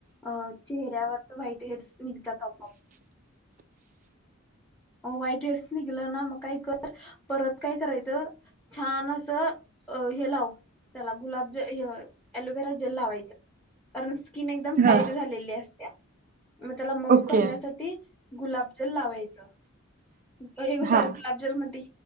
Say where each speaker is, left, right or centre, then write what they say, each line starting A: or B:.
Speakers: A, in the centre; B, on the right.
A: अ चेहऱ्यावरच व्हाइट हेड्स हे निघतात आपोआप वाईट वेळच निघलं ना मग काय कर परत काय करायचं. छान असं अ हे लाव त्याला गुलाब हे एलोवेरा जेल लावायच. कारण स्किन एकदम
B: हां,
A: टाईट झालेली असत्या मग त्याला मऊ
B: ओके.
A: करण्यासाठी गुलाबजल लावायचं हे सॉरी
B: हां,
A: गुलाबजल मधी